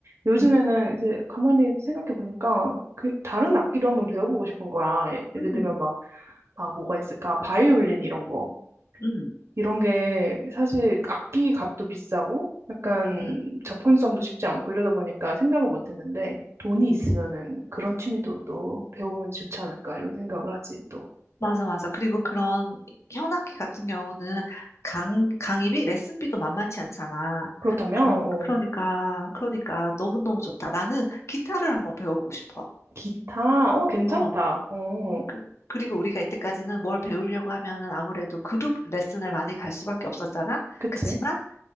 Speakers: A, on the right (about 55°); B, on the left (about 60°).
A: 요즘에는
B: 응,
A: 이제 가만히 생각해 보니까 그 다른 악기도 한번 배워보고 싶은 거야. 예- 예를
B: 응,
A: 들면 막, 막 뭐가 있을까? 바이올린 이런 거.
B: 응,
A: 이런 게 사실 악기 값도 비싸고 약간
B: 응.
A: 접근성도 쉽지 않고 이러다 보니까 생각을 못 했는데 돈이 있으면은 그런 취미도 또 배워보면 좋지 않을까 이런 생각을 하지 또.
B: 맞아, 맞아. 그리고 그런 현악기 같은 경우는 강, 강의비, 레슨비도 만만치 않잖아.
A: 그렇다면,
B: 그럼,
A: 어.
B: 그러니까, 그러니까 너무너무 좋다. 나는 기타를 한번 배워보고 싶어.
A: 기타? 어, 괜찮다.
B: 어.
A: 어,
B: 그, 그리고 우리가 이때까지는 뭘 배우려고 하면은 아무래도 그룹 레슨을 많이 갈 수밖에 없었잖아.
A: 그치?
B: 그치만,